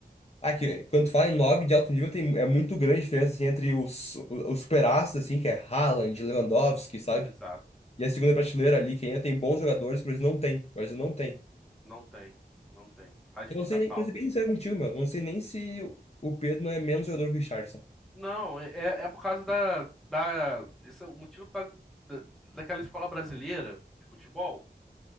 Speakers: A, on the left (about 40°); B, in the centre.
A: Ah, que quando tu fala em nove de alto nível, tem, é muito grande a diferença assim, entre os, os super-astros, assim, que é Haaland,
B: É,
A: Lewandowski, sabe?
B: exato.
A: E a segunda prateleira ali, que ainda tem bons jogadores, que o Brasil não tem. O Brasil não tem.
B: Não tem, não tem. Faz
A: Eu
B: muita
A: não sei nem,
B: falta
A: pra ser bem
B: isso
A: sincero
B: daí.
A: contigo, meu, não sei nem se o Pedro não é menos jogador que o Richarlison.
B: Não, é, é é por causa da, da. Esse é o motivo por causa da, daquela escola brasileira de futebol.